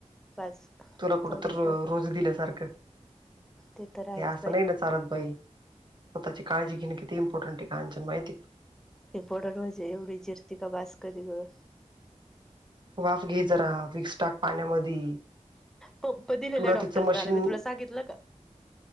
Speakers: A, in the centre; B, on the right.
A: बास
B: तुला कुठ
A: तेवढंच
B: तर रोज दिल्या सारखं
A: ते तर आहेच
B: हे असं
A: बाई
B: नाही न सारद बाई स्वतःची काळजी घेणे किती इम्पॉर्टंट आहे कांचन माहितीय काय
A: इंपॉटंट म्हजे एवढी जिरती का भास कधी ग
B: वाफ घे जरा विक्स टाक पाण्यामध्ये
A: पंप दिलेला
B: तुला
A: आहे डॉक्टरनी
B: तिचं मशीन
A: मला मी तुला सांगितलं का